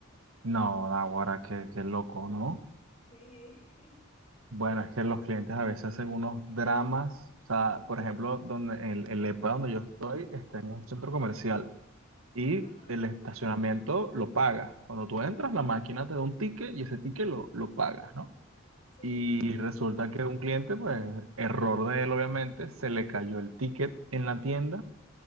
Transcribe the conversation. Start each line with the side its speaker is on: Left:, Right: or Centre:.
Right: No, ahora qué, qué loco, ¿no?
Left: Sí, <laughs>
Right: Bueno, es que los clientes a veces hacen unos dramas. O sea, por ejemplo, donde el, el EPA donde yo estoy está en un centro comercial y
Left: ajá,
Right: el estacionamiento lo pagas. Cuando tú entras, la máquina te da un ticket y ese ticket lo, lo pagas, ¿no?
Left: sí,
Right: Y resulta que un cliente, pues, error de él, obviamente, se le cayó el ticket en la tienda